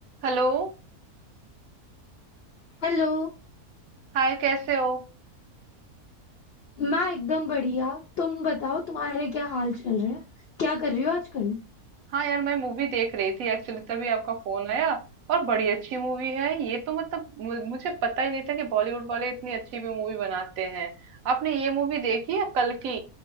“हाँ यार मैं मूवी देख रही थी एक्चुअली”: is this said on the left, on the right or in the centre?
Right